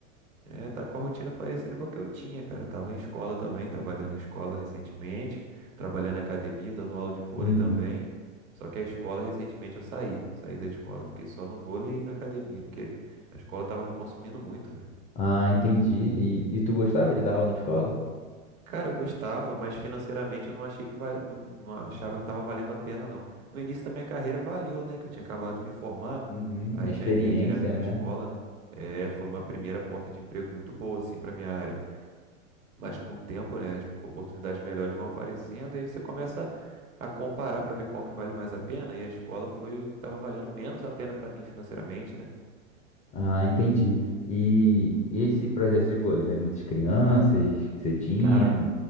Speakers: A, on the right; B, on the left.
A: é, tá com a rotina parecida com a que eu tinha, cara. Eu tava em escola também, trabalhando em escola recentemente, trabalhando na academia, dando aula de vôlei
B: Uhum.
A: também. Só que a escola, recentemente, eu saí. Saí da escola, fiquei só no vôlei e na academia, porque a escola tava me consumindo muito, velho.
B: Ah, entendi. E, e tu gostava de dar aula em escola?
A: Cara, eu gostava, mas financeiramente eu não achei que vai, não, não achava que estava valendo a pena, não. No início da minha carreira valeu, né? Que eu tinha acabado de me formar,
B: Uhum,
A: aí
B: a experiência,
A: já entrei direto na
B: né?
A: escola, né? É, foi uma primeira porta de emprego muito boa, assim, para minha área. Mas com o tempo, né, as oportunidades melhores vão aparecendo, aí você começa a comparar para ver qual que vale mais a pena, e a escola foi o que estava valendo menos a pena para mim financeiramente, né?
B: Ah, entendi. E, e esse projeto de vôlei, vem muitas crianças que você tinha?
A: Cara,